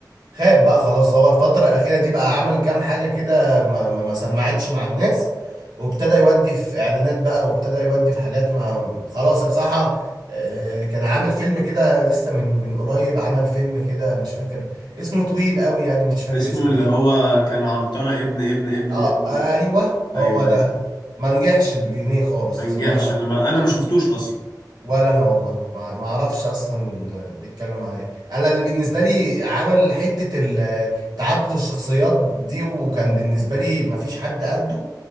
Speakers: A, on the right; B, on the left.
A: خاب بقى خلاص هو الفترة الأخيرة دي بقى عمل كام حاجة كده ما, ما, ما سمعتش مع الناس وابتدى يودي في إعلانات بقى وابتدى يودي في حاجات ما خلاص بصراحة آه، كان عامل فيلم كده لسه من من قريب عمل فيلم كده مش فاكر اسمه طويل قوي يعني مش فاكر
B: اسمه
A: اسمه
B: اللي
A: ايه
B: هو كان عنترة ابن ابن ابن
A: اه
B: ابن
A: ايوه
B: ايوه
A: هو ده
B: ايوه
A: ما نجحش بجنيه خالص
B: ما نجحش
A: ولا
B: انا ما انا ما شفتوش اصلا
A: ولا انا والله ما ما اعرفش اصلا بيتكلم على ايه انا اللي بالنسبه لي عمل حته ال- تعدد الشخصيات دي وكان بالنسبه لي ما فيش حد قده